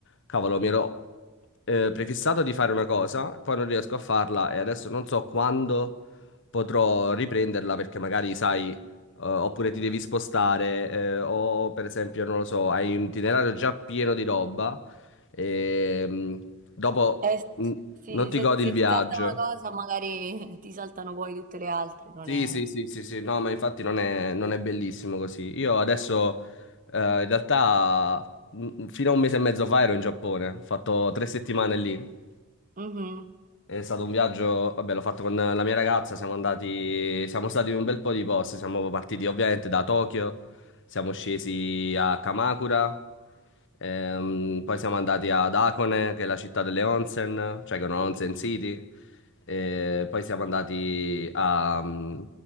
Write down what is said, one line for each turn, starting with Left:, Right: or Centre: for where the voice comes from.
Left: cavolo, mi ero eh, prefissato di fare una cosa, poi non riesco a farla e adesso non so quando potrò riprenderla perché magari sai, eh, oppure ti devi spostare, eh, o per esempio, non lo so, hai un itinerario già pieno di roba e mm, dopo
Right: Eh,
Left: mm,
Right: sì,
Left: non ti
Right: se,
Left: godi
Right: se
Left: il viaggio.
Right: ti salta una cosa magari <laughs> ti saltano poi tutte le altre, non
Left: Sì,
Right: è...
Left: sì, sì, sì, sì, no, ma infatti non è, non è bellissimo così. Io adesso, eh, in realtà, mh, fino a un mese e mezzo fa ero in Giappone, ho fatto tre settimane lì.
Right: Mhm.
Left: È stato un viaggio, vabbè, l'ho fatto con la mia ragazza, siamo andati, siamo stati in un bel po' di posti, siamo partiti ovviamente da Tokyo, siamo scesi a Kamakura, ehm, poi siamo andati ad Hakone, che è la città delle onsen, cioè che è una onsen city, e poi siamo andati a mm,